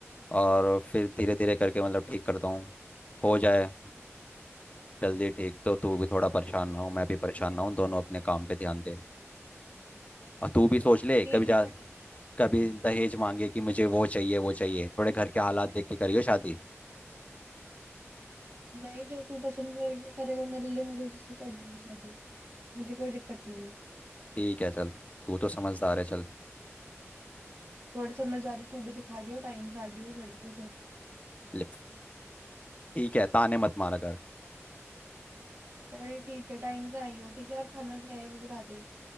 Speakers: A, on the left; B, on the right.
A: और फिर धीरे धीरे करके मतलब ठीक करता हूँ हो जाए जल्दी ठीक तो तू भी थोड़ा परेशान ना हो मैं भी परेशान ना हूँ दोनों अपने काम पे ध्यान दे और तू भी सोच ले
B: ठीक
A: कभी
B: है
A: जा
B: टाइम
A: कभी दहेज मांगे कि मुझे वो चाहिए वो चाहिए थोड़े घर के हालात देख के करियो शादी
B: नहीं जो तू पसंद करेगा करेगा मेरे लिए मैं उससे कर लूंगी शादी मुझे कोई दिक्कत नहीं है
A: ठीक है चल तू तो समझदार है चल
B: थोड़ी समझदारी तू भी दिखा दियो टाइम से आ जियो उस लड़की को छोड़ के
A: ले- ठीक है ताने मत मारा कर
B: चल ठीक है टाइम से आई हो ठीक है और खाना क्या है वो बता दे